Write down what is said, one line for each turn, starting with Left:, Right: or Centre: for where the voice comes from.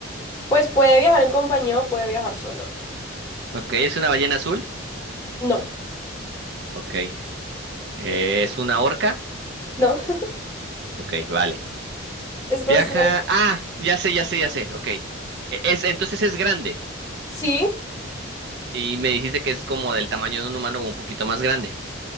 Left: Pues puede viajar en compañía o puede viajar solo.
Right: ok, es una ballena azul,
Left: No,
Right: ok, eh, es una orca,
Left: no. <laughs>
Right: ok, vale.
Left: Está
Right: Viaja.
Left: cerca.
Right: Ah, ya sé, ya sé, ya sé. Ok. E- Es, entonces es grande.
Left: Sí,
Right: Y me dijiste que es como del tamaño de un humano o un poquito más grande.